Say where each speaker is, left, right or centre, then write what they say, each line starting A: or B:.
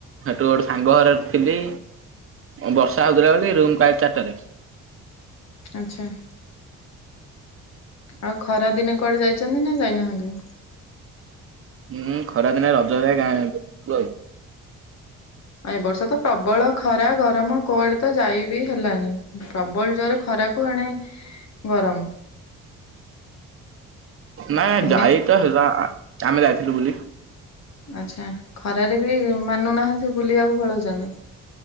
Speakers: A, on the right; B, on the left.
A: ସେଠୁ ଗୋଟେ ସାଙ୍ଗ ଘରେ ଥିଲି। ବର୍ଷା ହଉଥିଲା ବୋଲି ରୁମକୁଆଇଲି ଚାଟାରେ।
B: ଆଚ୍ଛା। ଆଉ ଖରା ଦିନେ କୁଆଡେ ଯାଇଛନ୍ତି ନା ଯାଇନାହାନ୍ତି।
A: ହୁଁ ଖରା ଦିନେ ରଜରେ ଗାଁ
B: ଏ ବର୍ଷ ତ ପ୍ରବଳ ଖରା ଗରମ କୁଆଡେ ତ ଯାଇ ବିି ହେଲାନି ପ୍ରବଳ ଜୋରରେ ଖରା କୁଆଡେ ଗରମ।
A: ନାଇଁ
B: ହେ
A: ଯାଇ ତ ହେଲା ଆମେ ଯାଇଥିଲୁ ବୁଲି।
B: ଆଚ୍ଛା ଖରାରେ ବି ମାନୁନାହାନ୍ତି ବୁଲିବାକୁ ପଳଉଛନ୍ତି।